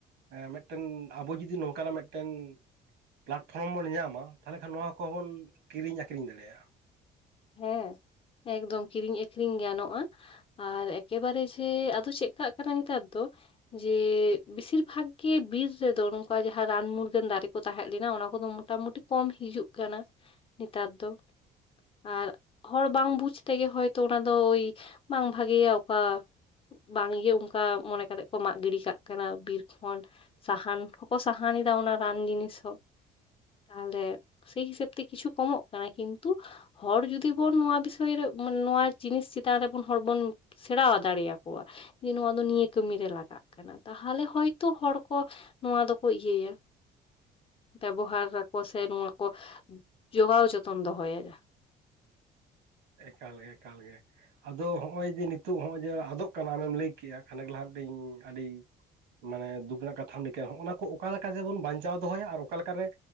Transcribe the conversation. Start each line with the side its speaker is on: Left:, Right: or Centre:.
Right: ᱮᱸ ᱢᱮᱫᱴᱮᱱ ᱟᱵᱚ ᱡᱩᱫᱤ ᱱᱚᱝᱠᱟᱱᱟᱜ ᱢᱮᱫᱴᱮᱱ ᱯᱞᱟᱴᱯᱷᱨᱚᱢ ᱵᱚᱱ ᱧᱟᱢᱟ ᱾ ᱛᱟᱦᱚᱞᱮ ᱠᱷᱟᱱ ᱱᱚᱣᱟ ᱠᱚ ᱦᱚᱵᱚᱱ ᱠᱤᱨᱤᱧ ᱟᱹᱠᱷᱨᱤᱧ ᱫᱟᱲᱮᱭᱟᱜᱼᱟ ᱾
Left: ᱦᱮᱸ, ᱮᱠᱫᱚᱢ ᱠᱤᱞᱤ ᱟᱹᱠᱷᱨᱤᱧ ᱜᱟᱱᱚᱜᱼᱟ ᱾ ᱟᱨ ᱮᱠᱮᱵᱟᱨᱮ ᱡᱮ ᱟᱫᱚ ᱪᱮᱜ ᱠᱟᱜ ᱠᱟᱱᱟ ᱱᱮᱛᱟᱨ ᱫᱚ ᱡᱮ ᱵᱮᱥᱤᱨ ᱵᱷᱟᱜᱽ ᱜᱮ ᱵᱤᱨ ᱨᱮᱫᱚ ᱱᱚᱝᱠᱟ ᱡᱟᱦᱟᱸ ᱨᱟᱱ ᱢᱩᱨᱜᱟᱹᱱ ᱫᱟᱨᱮ ᱠᱚ ᱛᱟᱦᱮᱸᱜ ᱞᱮᱱᱟ ᱚᱱᱟ ᱠᱚᱫᱚ ᱢᱚᱴᱟᱢᱩᱴᱤ ᱠᱚᱢ ᱦᱤᱡᱩᱜ ᱠᱟᱱᱟ ᱱᱤᱛᱟᱨ ᱫᱚ ᱾ ᱟᱨ ᱦᱚᱲ ᱵᱟᱝ ᱵᱩᱡᱽ ᱛᱮᱜᱮ ᱦᱚᱭᱛᱚ ᱚᱱᱟ ᱫᱚ ᱤ ᱵᱟᱝ ᱵᱷᱟᱜᱮᱭᱟ ᱚᱠᱟ ᱵᱟᱝ ᱤᱭᱟᱹ ᱚᱱᱠᱟ ᱢᱚᱱᱮ ᱠᱟᱛᱮᱜ ᱠᱚ ᱢᱟᱜ ᱜᱤᱰᱤ ᱠᱟᱜ ᱠᱟᱱᱟ ᱵᱤᱨ ᱠᱷᱚᱱ, ᱥᱟᱦᱟᱱ ᱦᱩᱸᱠᱚ ᱥᱟᱦᱟᱱ ᱮᱫᱟ ᱚᱱᱟ ᱨᱟᱱ ᱡᱤᱱᱤᱥ ᱦᱚᱸ᱾ ᱛᱟᱦᱚᱞᱮ ᱥᱮᱭ ᱦᱤᱥᱟᱹᱵ ᱛᱮ ᱠᱤᱪᱷᱩ ᱠᱚᱢᱚᱜ ᱠᱟᱱᱟ ᱠᱤᱱᱛᱩ, ᱦᱚᱲ ᱡᱩᱫᱤ ᱵᱩᱱ ᱱᱚᱣᱟ ᱵᱤᱥᱚᱭ ᱨᱮ ᱢᱟᱱ ᱱᱚᱣᱟ ᱡᱤᱱᱤᱥ ᱪᱮᱛᱟᱱ ᱨᱮ ᱵᱩᱱ ᱦᱚᱲ ᱵᱚᱱ ᱥᱮᱬᱟ ᱫᱟᱲᱤᱭᱟᱠᱚᱣᱟ ᱡᱮ ᱱᱚᱣᱟ ᱫᱚ ᱱᱤᱭᱟᱹ ᱠᱟᱹᱢᱤᱨ ᱨᱮ ᱞᱟᱜᱟᱜ᱾ ᱛᱟᱦᱮᱱᱟ ᱛᱟᱦᱚᱞᱮ ᱦᱚᱭ ᱛᱚ ᱦᱚᱲ ᱠᱚ ᱱᱚᱣᱟ ᱫᱚᱠᱚ ᱤᱭᱟᱹᱭᱟ ᱾ ᱵᱮᱵᱚᱦᱟᱨᱟ ᱠᱚ ᱥᱮ ᱱᱚᱣᱟ ᱠᱚ ᱡᱚᱜᱟᱣ ᱡᱚᱛᱚᱱ ᱫᱚᱦᱚᱭᱟ ᱾
Right: ᱮᱠᱟᱞ ᱜᱮ, ᱮᱠᱟᱞ ᱜᱮ ᱾ ᱟᱫᱚ ᱦᱚᱸᱜ-ᱚᱭ ᱡᱮ ᱱᱤᱛᱚᱜ ᱦᱚᱸᱜ-ᱚᱭ ᱡᱮ ᱟᱫᱚᱜ ᱠᱟᱱᱟ, ᱟᱢᱮᱢ ᱞᱟᱹᱭ ᱠᱮᱜ-ᱟ ᱠᱷᱟᱱᱮᱠ ᱞᱟᱦᱟ ᱫᱤᱧ ᱟᱹᱰᱤ ᱾ ᱢᱟᱱᱮ ᱫᱩᱠ ᱨᱮᱱᱟᱜ ᱠᱟᱛᱷᱟ ᱱᱤᱠᱟᱹ ᱦᱚᱸ-ᱚ ᱱᱟ ᱠᱚ ᱚᱠᱟ ᱞᱮᱠᱟ ᱨᱮ ᱵᱚᱱ ᱵᱟᱧᱪᱟᱣ ᱫᱚᱦᱚᱭᱟ? ᱟᱨ ᱚᱠᱟ ᱞᱮᱠᱟᱨᱮ